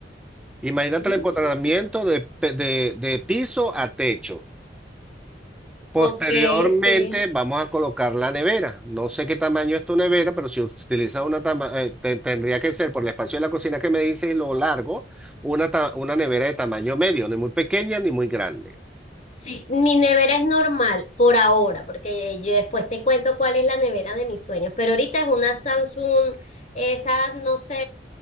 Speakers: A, in the centre; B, on the left (about 40°).
A: Imagínate
B: Mm,
A: el empotramiento de, pe- de, de piso a techo. Posteriormente
B: ok, sí.
A: vamos a colocar la nevera. No sé qué tamaño es tu nevera, pero si utilizas una tama- eh, te- tendría que ser por el espacio de la cocina que me dices y lo largo, una, ta- una nevera de tamaño medio, ni muy pequeña ni muy grande.
B: Sí, mi nevera es normal por ahora, porque yo después te cuento cuál es la nevera de mis sueños, pero ahorita es una Samsung, esa no sé,